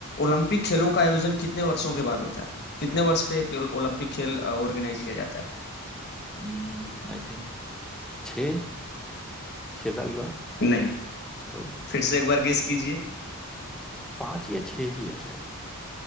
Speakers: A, on the left; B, in the centre.
A: ओलंपिक खेलों का आयोजन कितने वर्षों के बाद होता है कितने वर्ष पे एक ओलंपिक खेल ऑर्गेनाइज किया जाता है
B: आई थिंक छः छः साल के बाद
A: नहीं
B: तो
A: फिर से एक बार गेस कीजिए
B: पाँच या छः ही है शायद